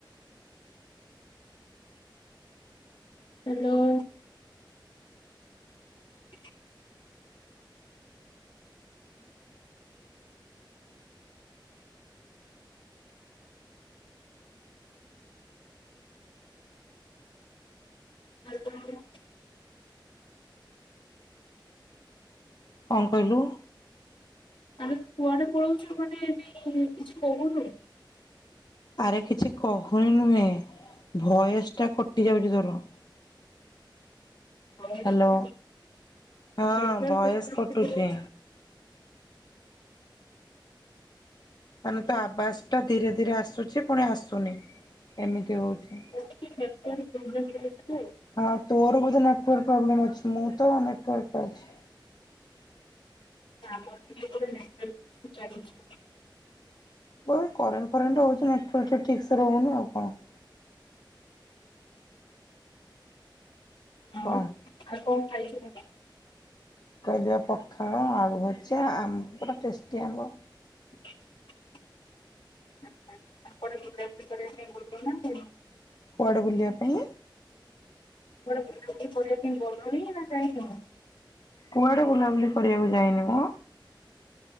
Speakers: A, on the left; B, on the left.
A: ହ୍ୟାଲୋ। <unintelligible> ଆଉ କଣ କଣ
B: କଣ କହିଲୁ।
A: ଆରେ କୁଆଡେ ପଳଉଛୁ ମାନେ ଏ କିଛି କହୁନୁ।
B: ଆରେ କିଛି କହୁନୁ ନୁହେଁ ଭଏସ୍ ଟା କଟିଯାଉଛି ତୋର।
A: କହୁନୁ।
B: ହାଲୋ ହଁ
A: ଆଉ କଣ
B: ଭଏସ୍
A: ଖାଇଛୁ
B: କଟୁଚି।
A: କଣ?
B: ମାନେ ତୋ ଆୱାଜ ଟା ଧୀରେ ଧୀରେ ଆସୁଛି ପୁଣି ଆସୁନି ଏମିତି ହଉଚି।
A: ଆଉ କୁଆଡେ ବୁଲାବୁଲି କରିବା ପାଇଁ ଗଲୁ ନା କଣ?
B: ହଁ ତୋର ବୋଧେ ନେଟ୍ ତୋର ପ୍ରୋବ୍ଲେମ୍ ଅଛି ମୋରତ ନେଟୱର୍କ ପାଉଛି।
A: ଆମର ବି ନେଟୱର୍କ ଈସୁ ଚାଲୁଚି।
B: ବୋଧେ କରେଣ୍ଟ ଫରେଣ୍ଟ ହେଉଛି ନେଟୱାର୍କ ଟା ଠିକସେ ରହୁନି ଆଉ କଣ।
A: ଆଉ
B: କଣ?
A: ଆଉ କଁ ଖାଇଛୁ। <inaudible>
B: କହିଦିଅ ପଖାଳ ଆଳୁ ଭଯା ଆମ୍ବ ଟେଷ୍ଟି ଆମ୍ବ।
A: ଆପଣ <inaudible>
B: କୁଆଡ଼େ ବୁଲିବା ପାଇଁ।
A: କୁଆଡେ ବୁଲାବୁଲି କରିବା ପାଇଁ ଗଲଣି ନା ଯାଇନ।
B: କୁଆଡ଼େ ବୁଲାବୁଲି କରିବାକୁ ଯାଇନିମ।